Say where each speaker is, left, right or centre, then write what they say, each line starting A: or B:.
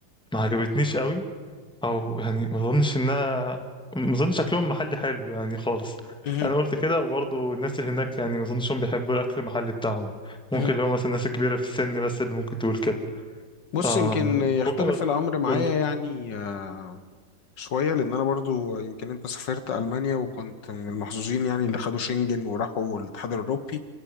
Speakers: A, in the centre; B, on the left.
A: ما عجبتنيش قوي، او يعني ما اظنش انها ما اظنش شكلهم محلي حلو يعني خالص
B: مهم.
A: انا قلت كده وبرضه الناس اللي هناك يعني ما اظنش هم بيحبوا الاكل المحلي بتاعهم ممكن
B: مهم.
A: اللي هو مثلا الناس الكبيره في السن بس اللي ممكن تقول كده
B: بص
A: امم
B: يمكن يختلف
A: ممكن
B: الامر معايا
A: قول لي
B: يعني آه، شوية لأن أنا برضو يمكن أنت سافرت ألمانيا وكنت من المحظوظين يعني اللي خدوا شنجن وراحوا الاتحاد الأوروبي